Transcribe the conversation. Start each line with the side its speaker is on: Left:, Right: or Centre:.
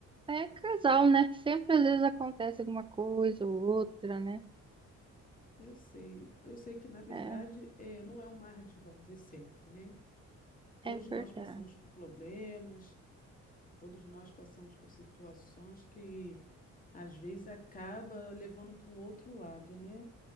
Right: é casal, né? Sempre às vezes acontece alguma coisa ou outra, né?
Left: Eu sei. Eu sei que, na verdade,
Right: É,
Left: é, não é um mar de rosas sempre, né? Todos
Right: é verdade.
Left: nós passamos por problemas, todos nós passamos por situações que às vezes acaba levando para um outro lado, né?